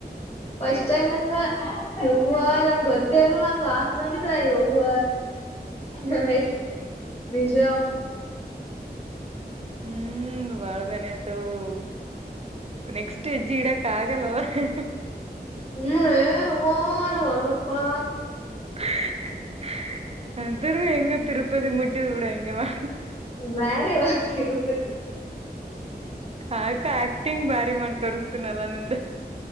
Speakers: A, on the left; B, on the right.
A: ಫಸ್ಟ್
B: ಇಲ್ಲ
A: ಟೈಮ್ ನಂಗ ಯವ್ವ ನಂಗ ಗೊತ್ತೇಲ್ಲ ನಂಗ ಆಸದಂತ ಯವ್ವ ಹ ನಿಜ
B: ಹ್ಮ್ ಬಾಳ್ ಬೇನೆ ಆಗ್ತವವು ನೆಕ್ಸ್ಟ್ ತೀಡಾ ಕಾಗಲ್ವಾ ಹ್ಮ್ ಹ್ಮ್
A: ಹಞನು ಏ ಹನು ಒಲ್ಲಪ್ಪಾ
B: <unintelligible> ಅ ತರ ಎಂಗ ತಿರುಪತಿ ಮುಟ್ಟಿದ ಬಿಡ ಹೆಂಗ ಬ
A: ಬೇರೆ ವಾ ತಿರೂಪತಿ
B: ಕಾಕಾ ಆಕ್ಟಿಂಗ್ ಬಾರಿ ಮಾಡ್ ತೋರಿಸತೀನಲ್ಲ ನಿಂದ